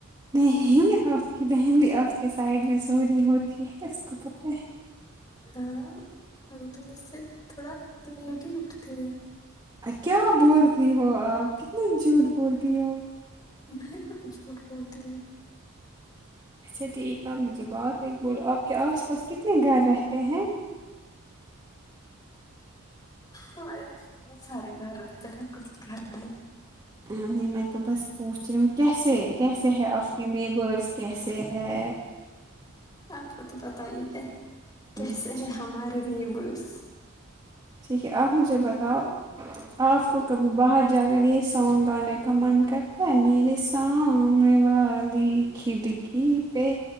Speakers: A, on the right; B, on the left.
A: نہیں آپ کی بہن بھی آپ کے سائڈ میں سورہی ہوتی ہے اس کو پتہ ہے
B: ہاں وہ تو مجھ سے تھوڑا لیٹ ہی اٹھتی ہے
A: ائی کیا بولتی ہو آپ کتنا جھوٹ بولتی ہو
B: میں کہاں جھوٹ بولتی ہوں
A: اچھا ٹھیک ہے آ پ مجھے بات ایک بولو آپ کے آس پاس کتنے گھر رہتے ہیں
B: ہمارے آس پاس بہت سارے گھر رہتے ہیں کچھ گھر نہیں
A: یوں ہی میں تو بس پوچھ کیسے کیسے ہے آپ کے نیبرس کیسے ہے
B: آپ کو تو پتہ ہی ہے کیسے
A: اچھا
B: ہیں ہمارے نیبرس
A: ٹھیک ہے آپ مجھے بتاؤ آپ کو کبھی باہر جا کر یہی سونگ گانے کا من کرتا ہے میرے سامنے والی کھڑکی پہ